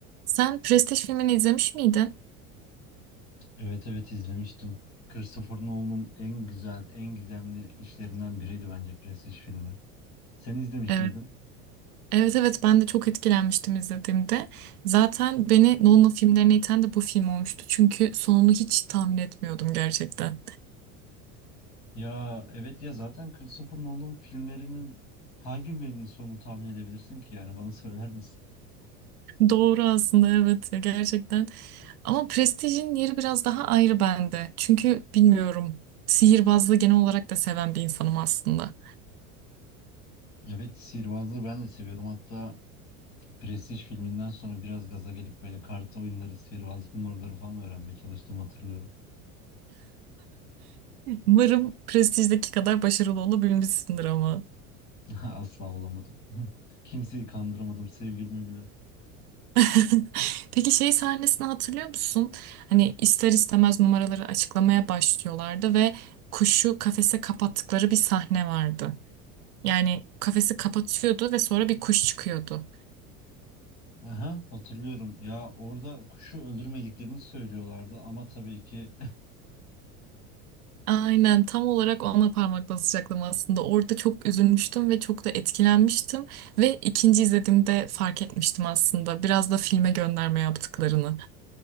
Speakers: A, on the right; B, on the left.
A: Sen prestij filmini izlemiş miydin?
B: Evet evet izlemiştim. Christopher Nolan'ın en güzel, en gizemli işlerinden biriydi bence Prestige filmi. Sen izlemiş
A: Evet.
B: miydin?
A: Evet evet ben de çok etkilenmiştim izlediğimde. Zaten beni Nolan filmlerine iten de bu film olmuştu. Çünkü sonunu hiç tahmin etmiyordum gerçekten.
B: Ya evet ya zaten Christopher Nolan'ın filmlerinin hangi birinin sonunu tahmin edebilirsin ki yani bana <laughs> söyler misin?
A: Doğru aslında evet ya gerçekten. Ama Prestige'in yeri biraz daha ayrı bende. Çünkü bilmiyorum sihirbazlığı genel olarak da seven bir insanım aslında.
B: Evet sihirbazlığı ben de seviyorum. Hatta Prestige filminden sonra biraz gaza gelip böyle kart oyunları, sihirbazlık numaraları falan öğrenmeye çalıştığımı hatırlıyorum.
A: Umarım Prestige'deki kadar başarılı olabilmişsindir ama.
B: <laughs> Asla olamadım. <laughs> Kimseyi kandıramadım sevgilimi bile.
A: <laughs> Peki şey sahnesini hatırlıyor musun? Hani ister istemez numaraları açıklamaya başlıyorlardı ve kuşu kafese kapattıkları bir sahne vardı. Yani kafesi kapatıyordu ve sonra bir kuş çıkıyordu.
B: Aha, hatırlıyorum. Ya orada kuşu öldürmediklerini söylüyorlardı ama tabii ki. <laughs>
A: Aynen tam olarak ona parmak basacaktım aslında. Orada çok üzülmüştüm ve çok da etkilenmiştim. Ve ikinci izlediğimde fark etmiştim aslında. Biraz da filme gönderme yaptıklarını.